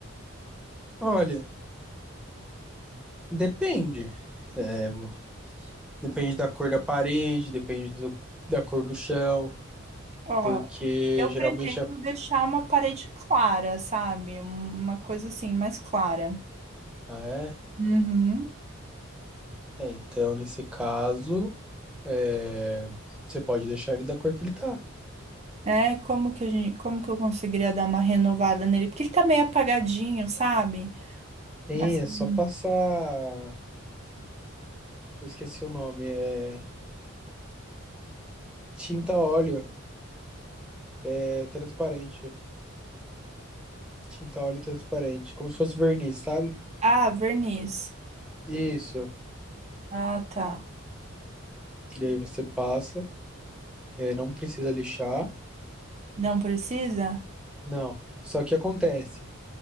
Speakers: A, in the centre; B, on the right.
A: Olha, depende. É, vo- depende da cor da parede, depende do- da cor do chão,
B: Ó,
A: porque
B: eu
A: geralmente
B: pretendo deixar uma parede clara, sabe? Um- Uma coisa assim, mais clara.
A: Ah,
B: Uhum.
A: é? É, então, nesse caso, é, você pode deixar ele da cor que ele tá.
B: É, como que a gente, como que eu conseguiria dar uma renovada nele? Porque ele tá meio apagadinho, sabe?
A: Sim,
B: Assim,
A: é só passar. Eu esqueci o nome. É tinta óleo. É transparente. Tinta óleo transparente. Como se fosse verniz, sabe?
B: Ah, verniz.
A: Isso.
B: Ah, tá.
A: E aí você passa. é, não precisa lixar.
B: Não precisa?
A: Não. Só que acontece.